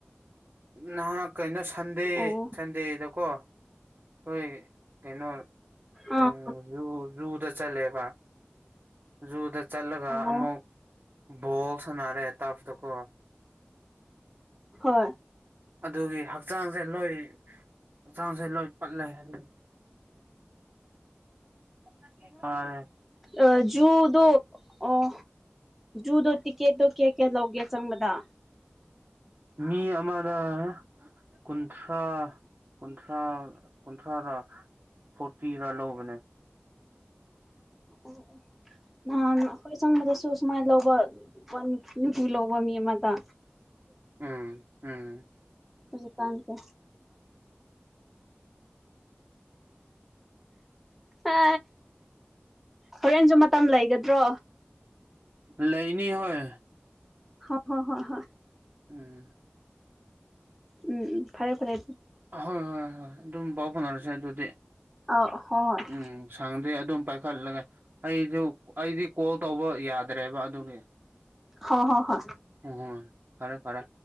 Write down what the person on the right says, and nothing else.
ꯅꯍꯥꯛ ꯀꯩꯅꯣ ꯁꯟꯗꯦ
ꯁꯟꯗꯦꯗꯀꯣ ꯍꯣꯏ ꯀꯩꯅꯣ
ꯎꯝ ꯖꯨ ꯖꯨꯗ ꯆꯠꯂꯦꯕ ꯖꯨꯗ ꯆꯠꯂꯒ
ꯑꯃꯨꯛ ꯕꯣꯜ ꯁꯥꯟꯅꯔꯦ ꯇꯥꯕꯗꯀꯣ
ꯑꯗꯨꯒꯤ ꯍꯛꯆꯥꯡ ꯂꯣꯏ ꯆꯥꯡꯁꯦ ꯂꯣꯏ ꯄꯠꯂꯦ ꯍꯥꯏ ꯑꯥ <unintelligible> <inaudible>
ꯃꯤ ꯑꯗ ꯀꯨꯟꯊ꯭ꯔꯥ ꯀꯨꯟꯊ꯭ꯔꯥ ꯀꯨꯟꯊ꯭ꯔꯥꯥ ꯐꯣꯔꯇꯤ ꯈ ꯂꯧꯕꯅꯦ
ꯎꯝ ꯎꯝ
ꯂꯩꯅꯤ ꯍꯣꯏ
ꯎꯝ
ꯍꯣꯏ ꯍꯣꯏꯣꯏ ꯍꯣꯏ ꯑꯗꯨꯝ ꯄꯥꯎ ꯐꯥꯎꯅꯔꯁꯦ ꯑꯗꯨꯗꯤ
ꯎꯝ ꯁꯥꯡꯗꯦ ꯑꯗꯨꯝ ꯄꯥꯏꯈꯠꯂꯒꯦ ꯑꯩꯁꯨ ꯑꯩꯗꯤ ꯀꯣꯜ ꯇꯧꯕ ꯌꯥꯗ꯭ꯔꯦꯕ ꯑꯗꯨꯒꯤ
ꯎꯝ ꯐꯔꯦ ꯐꯔꯦ